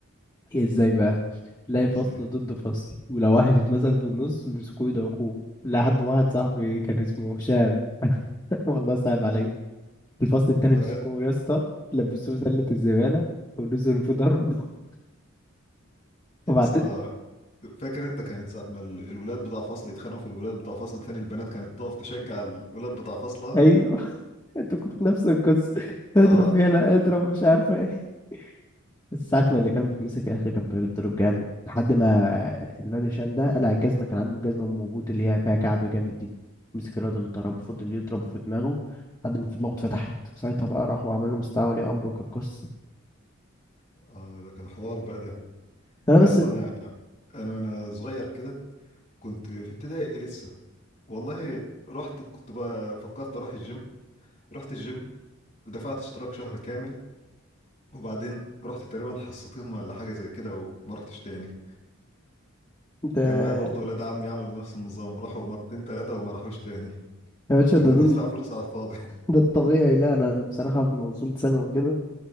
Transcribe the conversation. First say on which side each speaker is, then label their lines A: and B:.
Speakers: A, on the left; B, on the left.
A: هي ازاي
B: مم.
A: بقى تلاقي
B: ازاي
A: فصل ضد فصل ولو واحد اتمسك في النص بيمسكوه يدعكوه لحد ما واحد صاحبي كان اسمه هشام <laughs> والله صعب عليه الفصل التاني مسكوه
B: آه يا
A: يا اسطى لبسوه سله الزباله ونزلوا في ضرب <laughs>
B: يا
A: وبعدين
B: اسطى فاكر انت كانت ساعة ما ال- الولاد بتاع فصل يتخانقوا في الولاد بتاع فصل تاني البنات كانت تقف تشجع الولاد بتاع فصلها
A: ايوه <laughs> انتوا كنتوا نفس القصه اضرب
B: اه <laughs>
A: يلا اضرب مش عارفه إيه. ساعة ما اللي كان بيتمسك يا اخي كان بيتضرب جامد لحد ما الواد هشام ده قلع الجزمة كان عنده جزمة ام بوت اللي هي فيها كعب جامد دي مسك الواد اللي ضربه فضل يضربه في دماغه لحد ما في دماغه اتفتحت ساعتها بقى راح وعمل له مستدعى ولي امر وكانت قصة
B: اه ده كان حوار بقى ده
A: انا
B: يا
A: بس
B: اسطى
A: ال-
B: انا انا وانا صغير كده كنت في ابتدائي لسه والله رحت كنت بقى فكرت اروح الجيم رحت الجيم ودفعت اشتراك شهر كامل وبعدين رحت تقريبا حصتين ولا حاجة زي كده وما رحتش تاني
A: ده
B: كان معايا برضه ولاد عمي عملوا نفس النظام راحوا مرتين تلاتة وما راحوش تاني
A: يا باشا
B: كنا
A: ده ده,
B: <laughs> بندفع فلوس على الفاضي
A: ده الطبيعي لا انا بصراحة لما وصلت ثانوي وكده